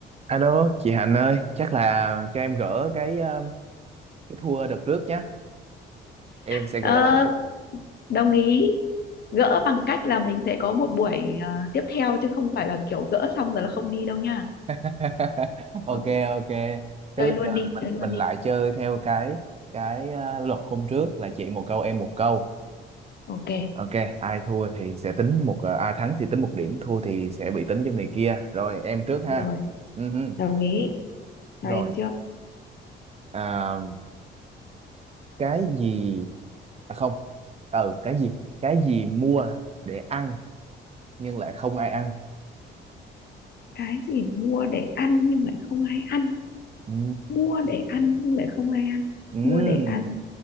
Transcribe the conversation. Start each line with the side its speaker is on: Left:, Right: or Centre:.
Right: Alo, chị Hạnh ơi, chắc là cho em gỡ cái um, cái thua đợt trước nhé. Em sẽ
Left: Ờ,
Right: gỡ lại.
Left: đồng ý gỡ bằng cách là mình sẽ có một buổi à, tiếp theo chứ không phải là kiểu gỡ xong rồi là không đi đâu nha
Right: <laughs> Ok
Left: Ờ,
Right: ok. Thế
Left: chơi
Right: bây
Left: luôn
Right: giờ
Left: đi
Right: mình
Left: chơi luôn
Right: mình lại
Left: đi
Right: chơi theo cái cái uh, luật hôm trước là chị một câu em một câu.
Left: ok
Right: Ok, ai thua thì sẽ tính một ờ, ai thắng thì tính một điểm, thua thì sẽ bị tính cho người kia. Rồi em trước ha.
Left: rồi
Right: Ừ hừ,
Left: đồng ý cho
Right: Rồi,
Left: em trước
Right: à, cái gì à không. Ừ, cái gì? Cái gì mua để ăn nhưng lại không ai ăn.
Left: cái gì mua để ăn nhưng lại không ai ăn
Right: Ừ.
Left: mua để ăn nhưng lại không ai ăn
Right: Ừm,
Left: mua để ăn